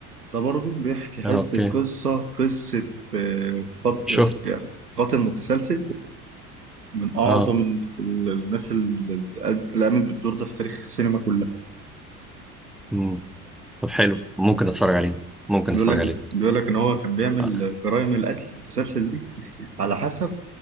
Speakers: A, on the right; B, in the centre.
A: ده برضو بيحكي حتة
B: اه اوكي
A: قصة قصة آه، قط-
B: شفت
A: يعني قاتل متسلسل من أعظم
B: اه
A: ال- ال- الناس ال- ال- اللي قامت بالدور ده في تاريخ السينما كلها
B: مم. طب حلو ممكن اتفرج عليه ممكن
A: بيقول
B: اتفرج
A: لك
B: عليه
A: بيقول لك إن هو كان بيعمل
B: اه,
A: جرائم القتل المتسلسل دي على حسب